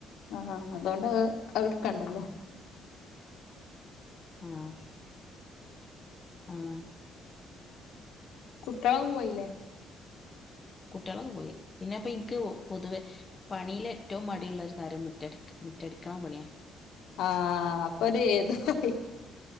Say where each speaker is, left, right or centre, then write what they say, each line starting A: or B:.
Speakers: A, on the left (about 70°); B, on the left (about 20°).
A: ആഹ് അതുകൊണ്ട് അത്ട്ക്കണ്ടല്ലോ
B: ആഹ് ആഹ്
A: കുട്ടികളൊ പോയില്ലേ
B: കുട്ടിളൊക്കെ പോയി പിന്നെ പ്പം ഇൻക്ക് പൊതുവെ പണിയില് ഏറ്റവും മടിയുള്ള ഒരു കാര്യം മുറ്റടിക്ക മുറ്റടിക്ക്ണ പണിയ
A: ആഹ് അപ്പൊര് ഏതു ആയി